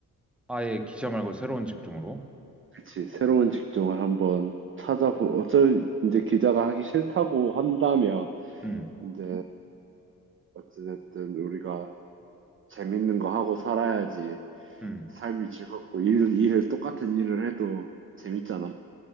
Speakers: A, in the centre; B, on the right (about 35°).
A: 아예 기자 말고 새로운 직종으로.
B: 그치, 새로운 직종을 한번 찾아보, 어쩔, 이제 기자가 하기 싫다고 한다면,
A: 음,
B: 이제, 어찌됐든 우리가 재밌는 거 하고 살아야지
A: 음,
B: 삶이 즐겁고, 일, 일을 똑같은 일을 해도 재밌잖아.